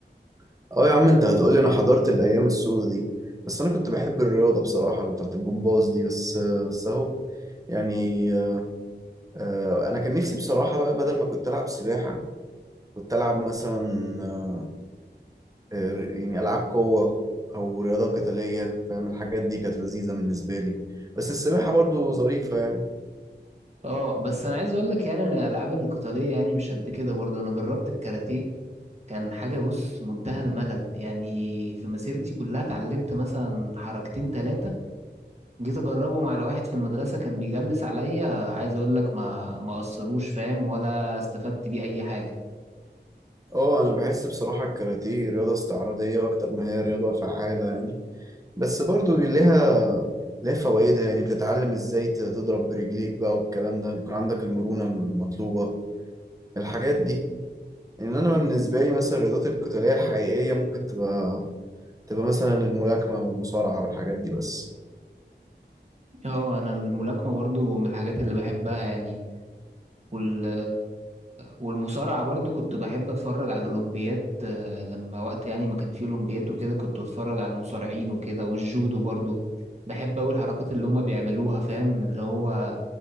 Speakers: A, on the right (about 20°); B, on the right (about 35°).
A: <laughs> اه يا عم انت هتقولي انا حضرت الايام السوداء دي بس انا كنت بحب الرياضة بصراحة اللي بتاعت الجمباز دي بس بس اهو يعني آه، انا كان نفسي بصراحة بقى بدل ما كنت العب سباحة كنت العب مثلا آه، آه، يعني ألعاب قوة أو رياضة قتالية فاهم الحاجات دي كانت لذيذة بالنسبة لي بس السباحة برضو ظريفة يعني
B: اه بس انا عايز اقول لك يعني إن الالعاب القتاليه يعني مش قد كده برضه انا جربت الكاراتيه كان حاجه بص منتهى الملل يعني في مسيرتي كلها اتعلمت مثلا حركتين ثلاثه جيت اجربهم على واحد في المدرسه كان بيجلس عليا عايز اقول لك ما ما اثروش فاهم ولا استفدت بيه اي حاجه
A: اه أنا بحس بصراحة الكاراتيه رياضة استعراضية أكتر ما هي رياضة فعالة يعني بس برضو ليها ليها فوائدها يعني بتتعلم ازاي ت- تضرب برجليك بقى والكلام ده يكون عندك المرونة المطلوبة الحاجات دي ان انا بالنسبة لي مثلا الرياضات القتالية الحقيقية ممكن تبقى تبقى مثلا الملاكمة والمصارعة والحاجات دي بس
B: اه انا الملاكمه برضه من الحاجات اللي بحبها يعني وال والمصارعة برضو كنت بحب اتفرج على الاولمبيات آه، لما وقت يعني ما كان فيه اولمبيات وكده كنت اتفرج على المصارعين وكده والجودو برضو بحب اوي الحركات اللي هما بيعملوها فاهم اللي هو